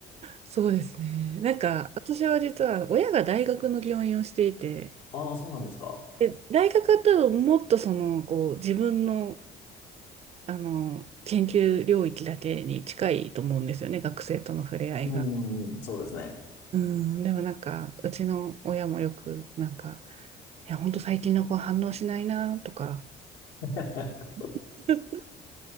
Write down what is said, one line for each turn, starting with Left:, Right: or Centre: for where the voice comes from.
Right: そうですね。なんか、私は実は親が大学の教員をしていて、
Left: ああ、そうなんですか。
Right: で、大学だともっとその、こう、自分の、あの、研究領域だけに近いと思うんですよね、学生との触れ合いが。
Left: うん、うんうんそうですね。
Right: うん、でもなんか、うちの親もよく、なんか、いや、ほんと最近の子反応しないな、とか、
Left: <laughs>
Right: <laughs>